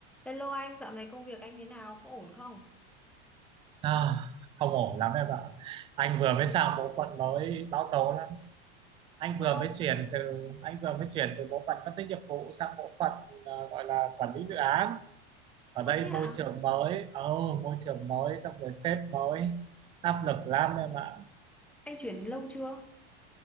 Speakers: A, in the centre; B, on the right.
A: Hello anh, dạo này công việc anh thế nào? Có ổn không?
B: À, không ổn lắm em ạ. Anh vừa mới sang bộ phận mới báo tố lắm. Anh
A: Sao?
B: vừa mới chuyển từ anh vừa mới chuyển từ bộ phận phân tích nghiệp vụ sang bộ phận ờ, gọi là quản lý dự án. Ở
A: Ơ
B: đây
A: thế ạ?
B: môi trường mới, oh, môi trường mới xong rồi sếp mới, áp lực lắm em ạ.
A: Anh chuyển lâu chưa?